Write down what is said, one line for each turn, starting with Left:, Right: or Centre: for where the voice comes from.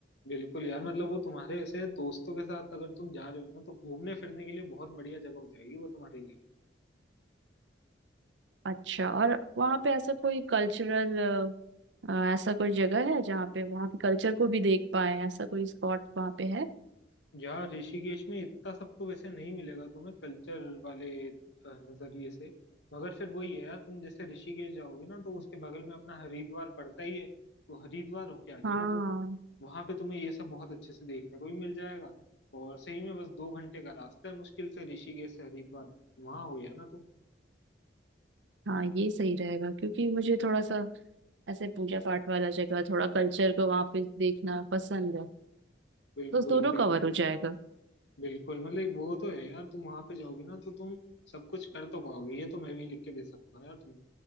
Left: बिल्कुल यार मतलब वो तुम्हारे ऐसे दोस्तों के साथ अगर तुम जा रहे हो ना तो घूमने फिरने के लिए बहुत बढ़िया जगह हो जाएगी वो तुम्हारे लिए
Right: अच्छा और वहाँ पे ऐसा कोई कल्चरल ऐसा कोई जगह है जहाँ पे वहाँ के कल्चर को भी देख पाए ऐसा कोई स्पॉट वहाँ पे है
Left: यार ऋषिकेश में इतना सबको वैसे नहीं मिलेगा तुम्हें कल्चर वाले अ, नजरिए से मगर फिर वही है यार तुम जैसे ऋषिकेश जाओगे ना तो उसके बगल में अपना हरिद्वार पड़ता ही है तो हरिद्वार होके आ जाना
Right: हाँ
Left: तुम वहां पे तुम्हें ये सब बहुत अच्छे से देखने को भी मिल जाएगा और सही में बस दो घंटे का रास्ता है मुश्किल से ऋषिकेश से हरिद्वार वहां हो या ना तुम
Right: हाँ ये सही रहेगा क्योंकि मुझे थोड़ा सा ऐसे पूजा पाठ वाला जगह थोड़ा कल्चर को वहां पे देखना पसंद है
Left: बिल्कुल
Right: तो उस दोनों
Left: तो
Right: कवर हो जाएगा
Left: बिल्कुल मतलब वो तो है यार तुम वहां पे जाओगे ना तो तुम सब कुछ कर तो पाओगे ये तो मैं भी लिख के दे सकता हूँ यार तुम